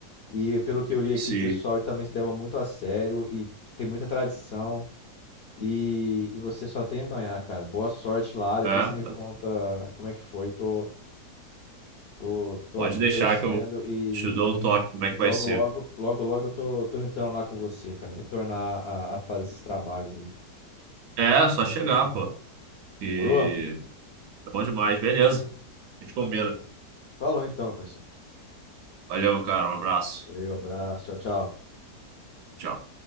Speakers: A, on the left; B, on the right.
A: E pelo que eu li aqui,
B: se.
A: o pessoal também se leva muito a sério e tem muita tradição. E, e você só tem a ganhar, cara. Boa sorte lá. Depois
B: É,
A: você me conta como é que foi. Tô, tô, tô
B: pode
A: aqui
B: deixar
A: torcendo
B: que eu
A: e,
B: te dou
A: e-
B: o toque
A: e
B: como é que vai
A: logo,
B: ser.
A: logo, logo, logo tô, tô entrando lá com você, cara. Retornar a, a fazer esses trabalhos aí.
B: É, só chegar, pô. E
A: Demorou?
B: é bom demais, beleza. A gente combina.
A: Falou então, meu parceiro.
B: Valeu, cara. Um abraço.
A: Valeu, abraço. Tchau, tchau.
B: Tchau.